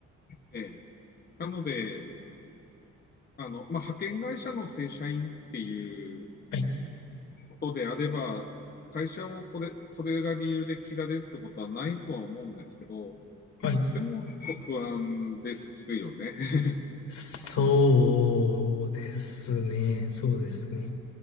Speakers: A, on the left; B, on the left.
A: えーなので、あの、まあ、派遣会社の正社員っていう
B: はい、
A: ことであれば、会社をこれ、それが理由で切られるってことはないとは思うんですけど、
B: はい。
A: でも、不安ですよね。<laughs>
B: そうですね。そうですね。